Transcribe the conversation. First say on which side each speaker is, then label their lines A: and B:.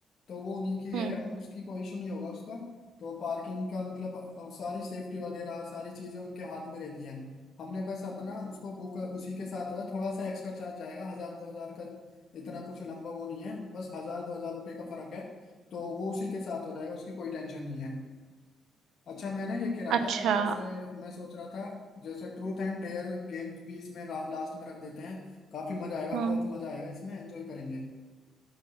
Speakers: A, on the left (about 55°); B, on the right (about 75°).
A: तो वो उन्हीं की
B: हम्म
A: है उसकी कोई इशू नहीं होगा उसका तो पार्किंग का मतलब अ, सारी सेफ्टी वगैरह सारी चीजें उनके हाथ में रहती हैं हमने बस अपना उसको बुक उसी के साथ होगा थोड़ा सा एक्स्ट्रा चार्ज जाएगा हजार दो हजार का इतना कुछ लंबा वो नहीं है बस हजार दो हजार रुपये का फर्क है तो वो उसी के साथ हो जाएगा उसकी कोई टेंशन नहीं है अच्छा मैंने ये कह रहा
B: अच्छा
A: था जैसे मैं सोच रहा था जैसे ट्रूथ एंड डेयर गेम भी इसमें लास्ट में रख देते हैं काफी मजा आएगा
B: हम्म
A: बहुत मजा आएगा इसमें एंजॉय करेंगे